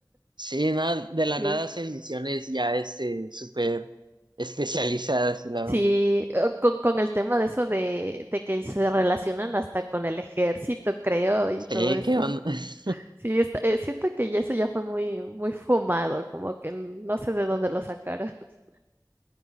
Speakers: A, on the right; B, on the right.
A: sí, nada, de la
B: <laughs>
A: nada hacen misiones ya este, súper especializadas y la
B: Sí,
A: onda.
B: o con, con el tema de eso de, de que se relacionan hasta con el ejército, creo, y
A: Sí,
B: todo eso.
A: ¿qué onda? <laughs>
B: Sí, está- eh, siento que ya eso ya fue muy, muy fumado, como que no sé de dónde lo sacaron. <laughs>